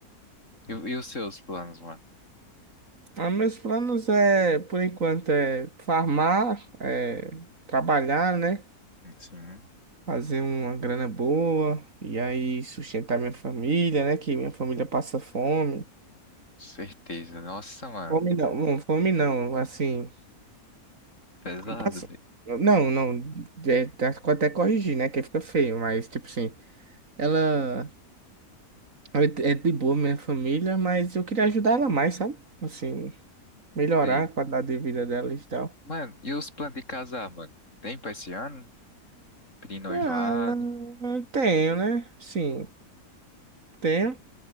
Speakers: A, on the left (about 55°); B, on the right (about 60°).
A: E, e os seus planos, mano?
B: Ah, meus planos é, por enquanto, é farmar, é trabalhar, né?
A: Sim,
B: fazer uma grana boa e aí sustentar minha família, né? Que minha família passa fome.
A: certeza. Nossa, mano.
B: Fome não, não, fome não, assim,
A: Pesado,
B: passa...
A: velho.
B: Não, não, é, tá- até corrigir, né? Que fica feio, mas tipo assim, ela ela é é de boa minha família, mas eu queria ajudar ela mais, sabe? Assim, melhorar
A: Sei.
B: a qualidade de vida dela e tal.
A: Mano, e os planos de casar, mano? Tem pra esse ano? Pedir noivado?
B: Ah, eu tenho, né? Sim, tenho.